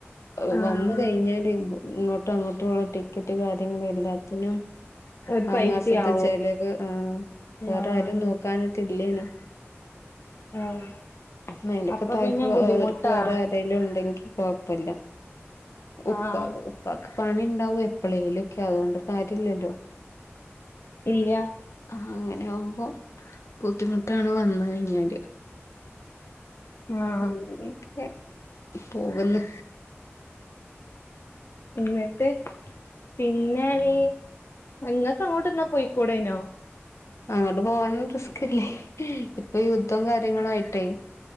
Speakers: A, on the left (about 85°); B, on the left (about 60°).
A: ഏ ഹ്
B: ആഹ്
A: വന്ന് കഴിഞ്ഞാല് ഇങ്ങട്ടും അങ്ങോട്ടൂള്ള ടിക്കറ്റ് കാര്യങ്ങൾ എല്ലാത്തിനും
B: ഒരു
A: ആ
B: പൈസയാവും
A: മാസ ത്തെ ചെലവ് ആ വേറാരും
B: ആഹ്
A: നോക്കാനായിട്ടില്ലേനും
B: ആഹ്
A: മേലൊക്കെ
B: അപ്പൊ
A: തായക്കൊ
B: പിന്നെ ബുദ്ധിമുട്ടാണ്
A: ഓര്ക്ക് വേറാരേലും ണ്ടെങ്കി കൊഴപ്പല്ല. ഉപ്പാ
B: ആഹ്
A: ഉപ്പാക്ക് പണിണ്ടാവും എപ്പളേലൊക്കെ അതുകൊണ്ട് കാര്യല്ലല്ലോ.
B: ഇല്ല്യാ
A: ആഹ് അങ്ങനെ ആവുമ്പോ ബുദ്ധിമുട്ടാണ് വന്ന് കഴിഞ്ഞാല്.
B: ആഹ്
A: അങ്ങനെയൊക്കെ പോകുന്ന്
B: എന്നിട്ട് പിന്നെ വീ ഇങ്ങക്ക് അങ്ങോട്ട്ന്നാ പോയിക്കൂടെയ്നോ?
A: അങ്ങോട്ട് പോവാനും റിസ്കല്ലേ ഇപ്പൊ യുദ്ധവും കാര്യങ്ങളും ആയിട്ടേ